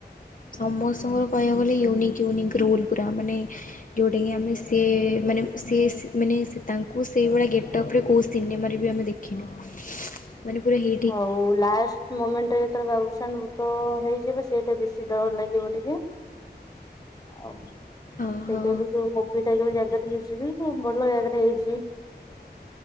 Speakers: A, on the left; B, on the left.
A: ସମସ୍ତଙ୍କର କହିଆକୁ ଗଲେ ୟୁନିକ୍ ୟୁନିକ୍ ରୋଲ ପୁରା ମାନେ। ଯୋଉଟା କି ଆମେ ସେ। ମାନେ ସେ। ମାନେ ତାଙ୍କୁ ସେଇଭଳିଆ ଗେଟପ୍ ରେ କୋଉ। ସିନେମାରେ ବି ଆମେ ଦେଖିନୁ। ମାନେ ପୁରା ହି।
B: ହଉ ଲାଷ୍ଟ୍। ଲାଷ୍ଟ ମୋମେଣ୍ଟରେ ଯେତେବେଳେ ବାବୁସାନ୍ ଭୂତ ହେଇଯିବ ସେଇଟା ବେଶୀ ଡର ଲାଗିବ ଟିକେ। ଆଉ ସେଇଟା
A: ହଁ ହଁ
B: ବି ଯୋଉ ମୋ। ଦୁଇଟା ଯୋଉ ଜାଗାରେ ହେଇଛିିଵି ଭଲ ଜାଗାାରେ ହେଇଛି।